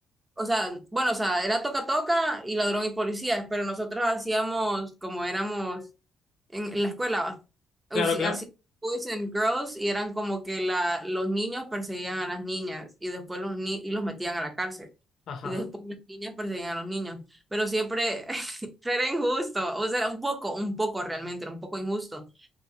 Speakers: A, on the right (about 15°); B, on the left (about 70°).
A: O sea, bueno, o sea, era toca toca y ladrón y policías, pero nosotros hacíamos como éramos en, en la escuela, va, usi-
B: Claro, claro.
A: hacíamos boys and girls y eran como que la, los niños perseguían a las niñas y después los ni y los metían a la cárcel.
B: Ajá.
A: Y después las niñas perseguían a los niños. Pero siempre <laughs> era injusto, o sea, era un poco, un poco realmente, era un poco injusto,